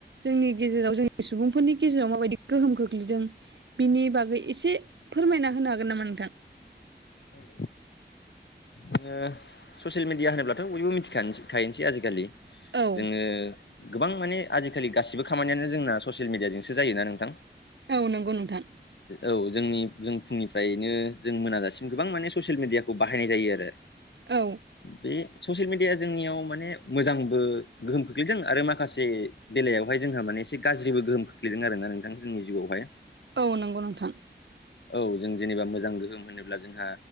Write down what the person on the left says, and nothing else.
औ औ जोङो ससियेल मिडिया होनोब्लाथ' बयबो मिथिखखायसै आजिखालि
जोङो गोबां माने आजिखालि गासिबो खामानियानो जोंना ससियेल मिडियााजोंसो जायोोना नोंथां
औ जोंनि जों फुंनिफ्रायनो जों मोनाजासिम गोबां माने ससियेल मिडियाखौ बाहायनाय जायो आरो
बे ससियेल मिडिया जोंनियाव माने मोजांबो गोहोम खोख्लैदों आरो माखासे बेलायावहाय जोंहा माने एसे गाज्रिबो गोहोम खोख्लैदों आर ना नोंथां जोंनि जिउआवहाय
औ जों जेनेबा मोजां गोहोम होनोब्ला जोंहा